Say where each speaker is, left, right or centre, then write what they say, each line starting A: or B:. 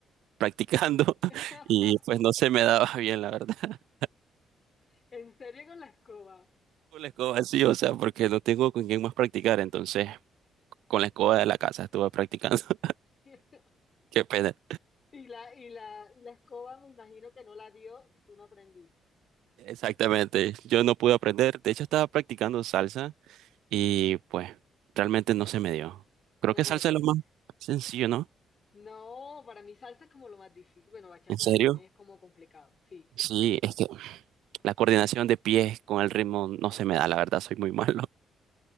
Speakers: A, on the right; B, on the left.
A: practicando, <laughs>
B: <laughs>
A: y pues no se me daba bien, la verdad. <laughs>
B: En serio con la escoba.
A: Con la escoba sí, o sea, porque no tengo con quién más practicar, entonces con la escoba de la casa estuve practicando. <laughs>
B: <laughs>
A: Qué pena.
B: Y la, y la, y la escoba me imagino que no la dio y tú no aprendiste.
A: Exactamente, yo no pude aprender, de hecho estaba practicando salsa. Y pues realmente no se me dio. Creo
B: No,
A: que
B: pero
A: salsa
B: qué.
A: es lo más sencillo, ¿no?
B: No, para mí salsa es como lo más difícil. Bueno, bachata
A: ¿En serio?
B: también es como complicado, sí.
A: Sí, es que la coordinación de pies con el ritmo no se me da, la verdad, soy muy <laughs> malo.